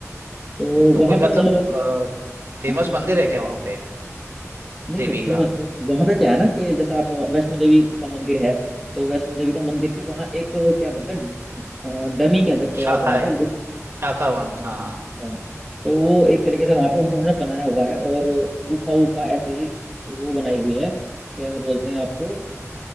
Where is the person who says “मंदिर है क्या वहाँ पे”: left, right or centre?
Right